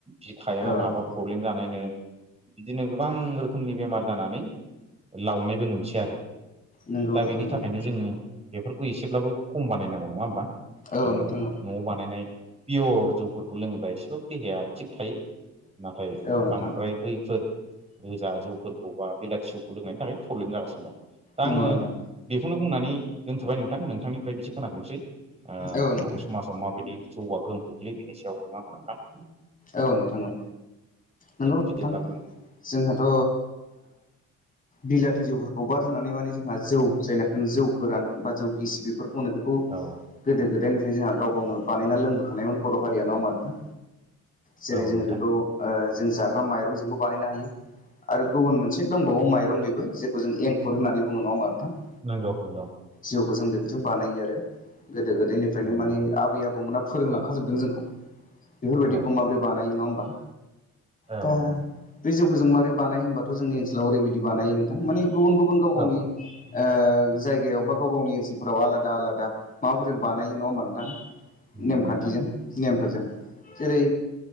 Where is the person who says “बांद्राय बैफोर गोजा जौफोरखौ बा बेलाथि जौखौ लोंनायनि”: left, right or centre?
Right